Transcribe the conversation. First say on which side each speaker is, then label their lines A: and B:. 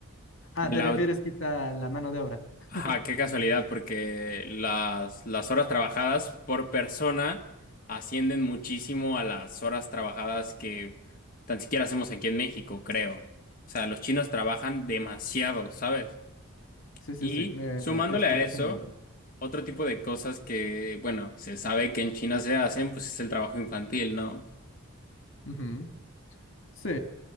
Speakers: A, on the left; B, on the left.
A: Ah,
B: de
A: ¿te
B: la.
A: refieres quizá a la mano de obra? <laughs>
B: Ajá, qué casualidad, porque las, las horas trabajadas por persona ascienden muchísimo a las horas trabajadas que tan siquiera hacemos aquí en México, creo. O sea, los chinos trabajan demasiado, ¿sabes?
A: Sí, sí,
B: Y
A: sí, me-
B: sumándole
A: de explotación
B: a eso,
A: laboral.
B: otro tipo de cosas que, bueno, se sabe que en China se hacen, pues es el trabajo infantil, ¿no?
A: Ujú. Sí,